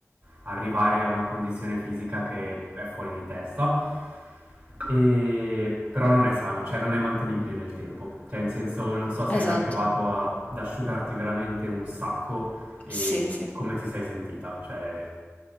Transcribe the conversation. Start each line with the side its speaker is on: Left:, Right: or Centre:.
Right: arrivare a una condizione fisica che è fuori di testa. E- Però non è sano, cioè non è mantenibile nel tempo. Cioè, in senso, non so se
Left: Esatto,
Right: hai mai provato a- ad asciugarti veramente un sacco e
Left: sì, sì.
Right: come ti sei sentita, cioè,